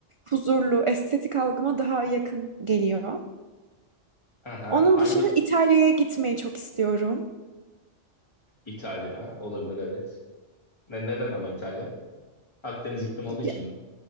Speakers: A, on the right; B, on the left.
A: huzurlu, estetik algıma daha yakın geliyor.
B: Aha,
A: Onun
B: hangi
A: dışında İtalya'ya gitmeyi çok istiyorum.
B: İtalya olabilir evet. Ne, neden ama İtalya? Akdeniz iklim olduğu için
A: Ya,
B: mi?